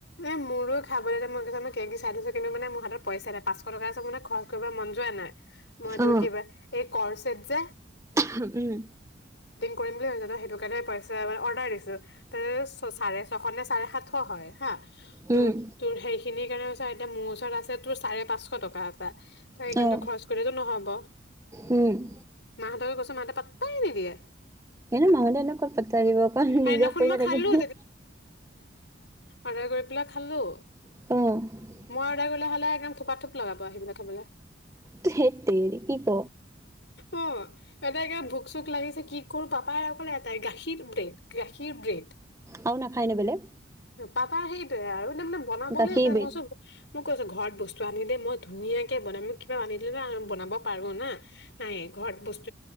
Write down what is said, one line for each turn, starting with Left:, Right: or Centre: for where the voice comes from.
Left: এ মোৰো খাবলৈ মই কছ মই কে কি চাই দিছো কিন্তু মে মোৰ হাতত পইচা ন পাঁচশ টকা চব মানে খৰচ কৰিব মন যোৱা নাই মই তোৰ
Right: অ
Left: কিবা এই কৰচ হেৰী যে,
Right: উম
Left: কৰিম বুলি ভাবছ সেইটো কাৰণে পইচা মে অৰ্ডাৰ দিছোঁ ত ছ চাৰে ছশ নে চাৰে সাতশ হয় হা ত
Right: উম
Left: তোৰ সেইখিনিৰ কাৰণে এতিয়া মোৰ ওচৰত আছে তোৰ চাৰে পাচ শ টকা এটা হেৰী কিন্তু
Right: অ
Left: খৰছ কৰিলে নহ'ব
Right: উম
Left: মা হতে মাহতে পাত্তাই নিদিয়ে,
Right: সকাৰে মানুহলে এনেক কত পত দিব অকণ
Left: সেইদিনাখন
Right: নিজৰ পইচা
Left: মই খালোঁ
Right: থাকি ন
Left: আদাৰ কৰি পেলাই খালোঁ
Right: অ'
Left: মই অৰ্ডাৰ হ'লে এম থোপা থোপ লগাব সেইবিলাক খাবলে
Right: ধেৎ তেৰি কি ক
Left: অ' এতাই ভোক চোক লাগিছে কি কৰো পাপাই কলে এটাই গাখীৰ ব্ৰেড গাখীৰ ব্ৰেড
Right: আৰু নাখায় নে বেলেগ
Left: পাপা সেইটোৱে আৰু মে মানে বনাবলৈ
Right: গাখীৰ
Left: সেইকাৰণে
Right: বে
Left: ম কৈছো মোক কৈছো ঘৰত বস্তু আনি দেেই মই ধুনীয়াকে বনাম মোক কিবা আনিলো ন বনাব পাৰো না নাইে ঘৰত বস্তু